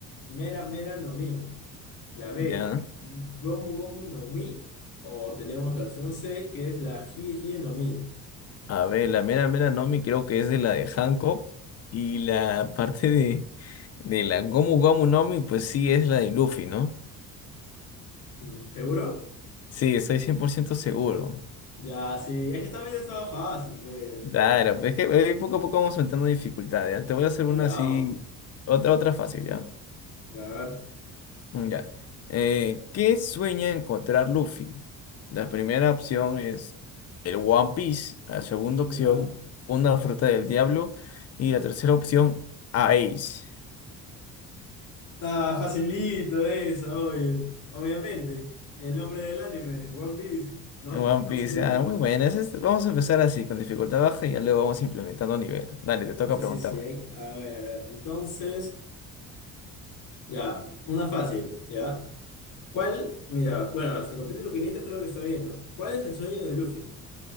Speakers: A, on the left; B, on the left.
A: Mera Mera no Mi, la B,
B: ya.
A: Gomu Gomu no Mi, o tenemos la opción C, que es la Hie Hie no Mi.
B: A ver, la mera mera Nomi creo que es de la de Hancock y la parte de, de la Gomu Gomu Nomi pues sí es la de Luffy, ¿no?
A: Mm, ¿Seguro?
B: Sí, estoy 100% seguro.
A: Ya, sí, es que también estaba fácil, pues.
B: Claro, pues es que eh, poco a poco vamos aumentando dificultad, ¿ya? Te voy a hacer una
A: Ya,
B: así,
A: vamos,
B: otra, otra fácil, ¿ya?
A: a ver,
B: Mm, Ya. Eh, ¿qué sueña encontrar Luffy? La primera opción es el One Piece, la segunda opción,
A: ya.
B: una fruta del diablo y la tercera opción, a Ace.
A: Ah, facilito eso, obvio. Obviamente. El nombre del anime, One Piece, ¿no?
B: En One Piece,
A: Eso es lo
B: ah,
A: que-
B: muy buena. Ese es- este, Vamos a empezar así, con dificultad baja, y ya luego vamos implementando nivel. Dale, te toca
A: Sí,
B: preguntarme.
A: sí, sí. hay- A ver, a ver. Entonces, ya. Una fácil, ¿ya? ¿Cuál? Mira, bueno, hasta el capítulo 500 creo que está bien, ¿no? ¿Cuál es el sueño de Luffy?